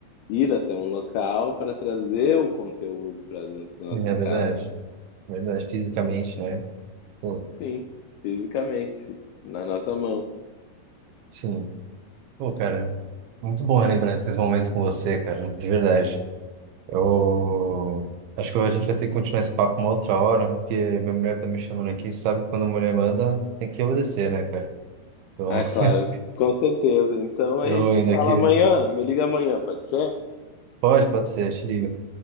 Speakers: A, on the left (about 80°); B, on the right (about 80°).
A: ir até um local para trazer o conteúdo para dentro da nossa
B: é verdade.
A: casa.
B: É Verdade, fisicamente, né? Pô,
A: Sim, fisicamente, na nossa mão.
B: sim. Pô, cara, muito bom lembrar esses momentos com você, cara, de verdade. Eu acho que a gente vai ter que continuar esse papo uma outra hora, porque minha mulher tá me chamando aqui, sabe que quando a mulher manda, tem que obedecer, né, cara? Então,
A: Ah, claro,
B: <laughs>
A: com certeza. Então a
B: eu
A: gente se
B: indo
A: fala
B: aqui.
A: amanhã. Me liga amanhã, pode ser?
B: Pode, pode ser. Te ligo.